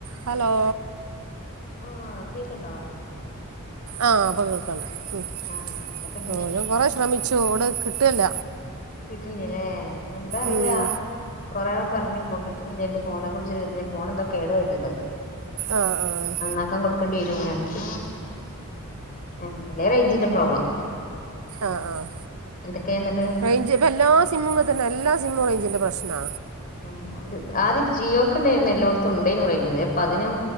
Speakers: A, on the right; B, on the left.
A: Hello
B: ആഹ് കേക്കണ്ടോ?
A: ആഹ് ഇപ്പൊ കേക്കണ്ട് ഉം
B: ആഹ് എന്തൊക്കെണ്ട്
A: ഓ
B: വിശേഷൊക്കെ
A: ഞാൻ കൊറെ ശ്രമിച്ചു <unintelligible> കിട്ടല്ല
B: കിട്ട്ണില്ലേ എന്താ അറിയില്ല
A: ഉം
B: കൊറേ ആൾ പറഞ്ഞു ഇപ്പോ കിട്ട്ണില്ല എന്റെ ഫോണിലേക്ക് വിളിച്ച് കിട്ടണില്ല, ഫോൺ എന്തോ കേട് വെരുന്നുണ്ട്.
A: ആഹ് ആഹ്
B: നന്നാക്കാൻ കൊടുക്കണ്ടി വെരും ഇങ്ങനാണെങ്കില്. ഉം അല്ലേ റേഞ്ചിന്റെ പ്രോബ്ലം.
A: ആഹ് ആഹ്
B: എന്തക്കെയാ ഇന്നിട്ട്?
A: റേഞ്ച് ഇപ്പ എല്ലാ സിമ്മും ഇങ്ങനെത്തെന്നാ എല്ലാ സിമ്മും റേഞ്ചിൻ്റെ പ്രശ്നാ.
B: ഉം ആ ഒരു ആദ്യം ജിയോക്ക്ണ്ടായിരുന്ന് എല്ലോടൊത്തും ഉണ്ടേന് റേഞ്ച് ഇപ്പതിനും